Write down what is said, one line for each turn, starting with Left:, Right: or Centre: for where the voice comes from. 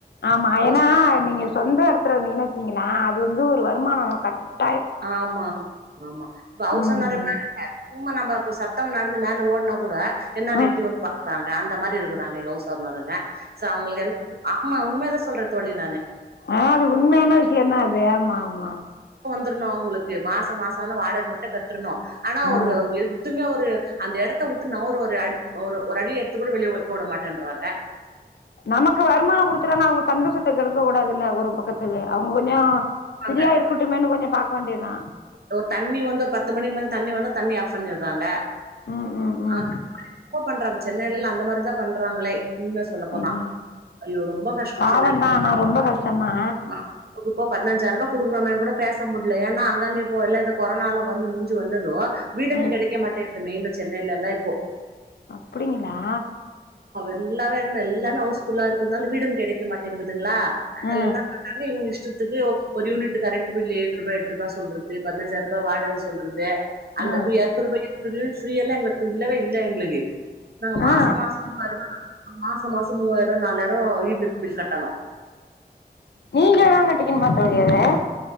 Left: ஆமா
Right: ஹவுஸ்
Left: ஏன்னா நீங்க சொந்த இடத்துல வந்தீங்கன்னா ங்களா அது வந்து ஒரு வருமானம் காட்டே
Right: ஆமா ஆமா ஆமா இப்ப அவவுசன்னரே
Left: ம்
Right: பாரு சும்மா நம்ம இப்ப ச த்தவ நடந்து மேல ஓடினா கூட என்னா நெட்டி
Left: ஆ
Right: வந்து இருக்காங்க அந்த மாதிரி இருக்குறாங்க ஊசோன்னருங்க ச அவங்களுக்கு என்ன ஆமா உண் த சொல்ற தொழில்
Left: ஆஹ் அது உண்மையான விஷயம் தான் அது வேமா ஆமா ஆமா
Right: துரனும் அவங்களுக்கு மாசம் மாசமான வாடக மட்டும் கற்று ரனோ ஆன
Left: ஆ
Right: ஒரு எதுவுமே ஒரு அந்த இடத்த விட்டு நாவுற ஒரு அடி ஒரு அடி எடுத்து கூட வெளியே வைக்க விட மாட்டேன்றறாங்க
Left: நமக்கு வருமானம் குடுத்துறாங்க அவங்க சந்தோஷத்த கேடுக்க கூடாதுில்ல ஒரு பக்கத் துல அவங்க கொஞ்சம் பிரீயா
Right: ங்க
Left: இருக்கட்டட்டுமேன்னு கொஞ்சம் பா கொண்ட தான்
Right: ஒரு தண்ணி வந்து ஒரு பத்து மணிக்கு மேல தண்ணி வந்து தண்ணி ஆஃப் பண்ணிடுறாங்க
Left: ம் ம் ம்
Right: ஆஹ் <unintelligible> பண்றாங்க சென்னையில அந்த மாரிதான் பண்றாங்களே உண்ம சொல்லப்போனா
Left: ஐயோ
Right: ஐயோ ரொம்ப கஷ்டம்
Left: பாவந்தா
Right: சென்னைலா
Left: ஆனா ரொம்ப கஷ்டந்தா
Right: கொடுப்போ பதினஞ்சாயிர ரூபாடுக்கறமே கூட பேச முடியல ஏன்னா <unintelligible> இப்பபோ எல்ல இந்த கொரனால வந்து முஞ்சு வந்ததும் வீடுங்க
Left: ஆ
Right: கிடைக்க மாட்டேது இந்த மெயின் சென்னைலாம் இப்போ
Left: அப்படிங்களா
Right: எல்லா எல்லாமே ஹவுஸ்ஃுல்லா இருக்கதனால வீடும் கடைக்க மாட்டேங்குதுங்களா அதுல
Left: ஆ
Right: என்ன பண்றாங்க இஷ் டத்துக்கு ஒரு யூனிட் கரண்ட் பில் ஏழு ரூபா் எட்டு ரூபா சொல்றது பதினஞ்சாயிரம் ரூபா வாடக சொல்றது அந்த
Left: ஆ
Right: ூயிர ரூபாய நூறு யூனிட் ஃப்ீயல்லங்களுக்கு இல்லவே இல்ல எங்களுக்கு நாங்க மாசம்
Left: ஆ
Right: மாசம் மூவாயிர ரூபாய் தரனும் மாசம் மாசம் மூவாயிரம்ூ நாலாயிர இ பி பில் கட்டணும்
Left: நீங்க ஏதாங்கட்டக்குன்னுமா தோழி அது